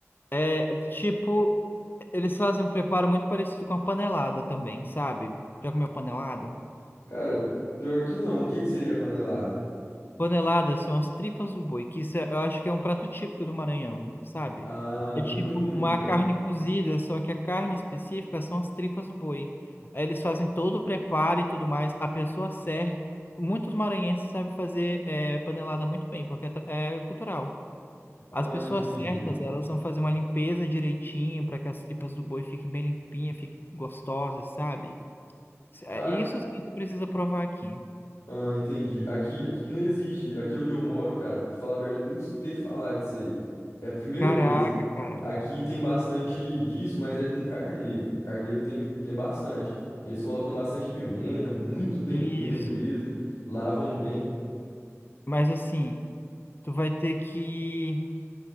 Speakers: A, on the left; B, on the left.
A: É, tipo, eles fazem um preparo muito parecido com a panelada também, sabe? Já comeu panelada?
B: Cara, pior que não. O que que seria a panelada?
A: Paneladas são as tripas do boi, que isso é- eu acho que é um prato típico do Maranhão, sabe?
B: Ah,
A: É tipo
B: nunca comi,
A: uma
B: cara.
A: carne cozida, só que a carne específica são as tripas do boi. Aí eles fazem todo o preparo e tudo mais. A pessoa certa. Muitos maranhenses sabem fazer é, panelada muito bem, porque é, tra- é cultural.
B: Ah,
A: As pessoas
B: entendi.
A: certas, elas vão fazer uma limpeza direitinho para que as tripas do boi fiquem bem limpinhas, fiquem gostosas, sabe? Isso é-
B: Ah,
A: isso sim tu precisa provar aqui.
B: ah, entendi. Aqui, aqui não existe. Aqui onde eu moro, cara, pra falar a verdade, nunca escutei falar disso aí. É a primeira
A: Caraca,
B: vez.
A: cara.
B: Aqui tem bastante disso, mas é com carneiro. Carneiro tem, tem bastante. Eles colocam bastante pimenta, muito tempero
A: Isso.
B: mesmo. Lavam bem.
A: Mas assim, tu vai ter que,